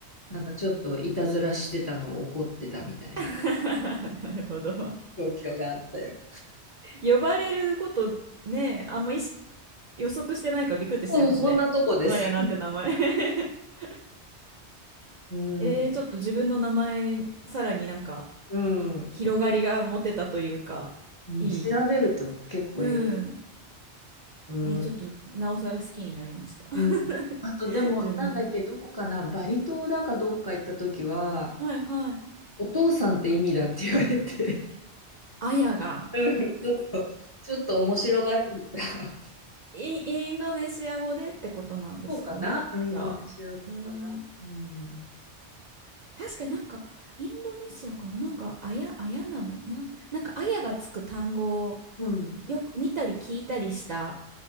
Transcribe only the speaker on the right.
<laughs> なるほど。
呼ばれることね、あんま意識、予測してないからびっくりしちゃいますね。
あやなんて名前 <laughs>
えー、ちょっと自分の名前、さらになんか、
広がりが持てたというか、
いい。うん。
えー、ちょっと、なおさら好きになりました。
<laughs> 自分の。
はいはい。
あやが、
イン、インドネシア語でってことなんですかね。
じゃあ。うーん。確かになんか、インドネシアかななんか、アヤ、アヤナムなん、なんか、アヤがつく単語を
よく見たり聞いたりした